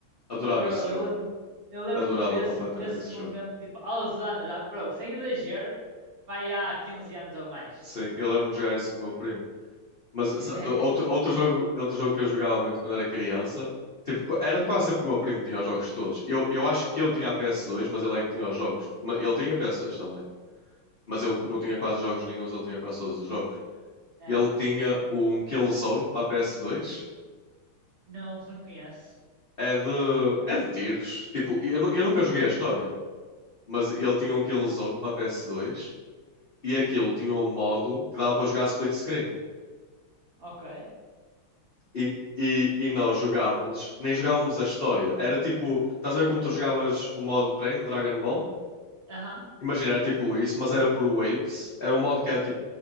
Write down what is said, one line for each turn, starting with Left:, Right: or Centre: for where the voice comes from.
Left: Adorava
Right: Bro,
Left: esse
Right: eu
Left: jogo.
Right: lembro, eu lembro-me
Left: Adorava
Right: desse,
Left: completamente
Right: desse
Left: esse
Right: momento,
Left: jogo.
Right: tipo, há uns anos, já, bro, sem exagero, vai há quinze anos ou mais.
Left: Sim, eu lembro de jogar isso com o meu primo. Mas
Right: <laughs>
Left: sa- outro, outro jogo, outro jogo que eu jogava muito quando era criança, tipo, qu- era quase sempre o meu primo que tinha os jogos todos. Eu, eu acho que eu tinha a PS2, mas ele é que tinha os jogos. Ma- Ele tinha a PS2 também, mas eu não tinha quase jogos nenhuns, ele tinha quase todos os jogos.
Right: É,
Left: Ele tinha um Killzone para a PS2,
Right: não, não conheço.
Left: é de, é de tiros. Tipo, eu, nu-
Right: Aham,
Left: eu nunca joguei a história, mas ele tinha um Killzone para a PS2 e aquilo tinha um modo que dava para jogar split screen.
Right: ok.
Left: E, e, e nós jogávamos, nem jogávamos a história. Era tipo, estás a ver como tu jogavas o modo de treino, Dragon Ball?
Right: Aham.
Left: Imagina, era tipo isso, mas era por waves. Era um modo que era tipo